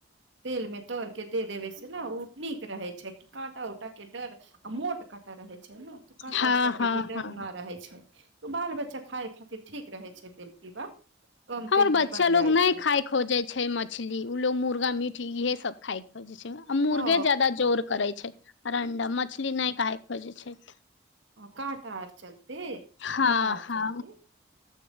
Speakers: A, on the right (about 65°); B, on the left (about 65°).
A: तेल में तर के दे देबे से ने उ नीक रहे छै कि काँटा उऊटा के डर आ मोट काँटा रहै छै छै ने तऽ काँटा
B: हँ
A: उट के
B: हँ
A: भी डर
B: हँ
A: नहि रहै छै तो बाल बच्चा खाय खातिर ठीक रहै छै तेल पीबा कम
B: हमर
A: तेल मे
B: बच्चा
A: बन
B: लोग
A: जाइ
B: नहि
A: छै
B: खाय खोजे छै मछली ओ लोग मुर्गा मीट इहे सब खायके हो जे छै आ मुर्गे
A: ओ
B: ज्यदा जोर करे छै अंडा मछली नहि काे बोजय छथि
A: ओ काटा आर चल त
B: हँ
A: काटा आर
B: हँ
A: चलति